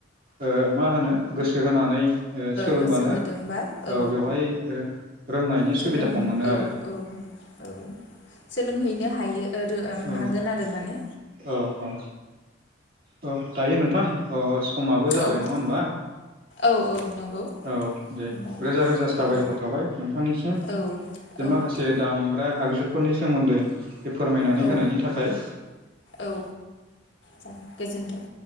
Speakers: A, on the right; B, on the left.
A: ओ मा होनो गोसो होना- नै ओ सोलोंबानो
B: गोसो गुदुंबा
A: अ
B: औ
A: बेवहाय ओ रोंनायनि
B: सोलों
A: सुबिदाखौ मोनो
B: औ
A: आरो
B: औ औ सोलोंहैनो हायो औदऔम
A: औ
B: हागोन आरो माने
A: औ औ। अह दायो नोंथां अ समाबो जाबाय
B: औ
A: नङा होमबा
B: औ नंगौ
A: औ दे
B: होमबा
A: रोजा-रोजा साबायखर
B: औ
A: थाबाय नोंथांनिसिम
B: औ
A: जे
B: औ
A: माखासे
B: दे
A: दामग्रा आगजुफोरनि सोमोन्दै बे फोरमायनानै
B: औ
A: होनायनि थाखाय
B: औ जागोन गोजोन्थों।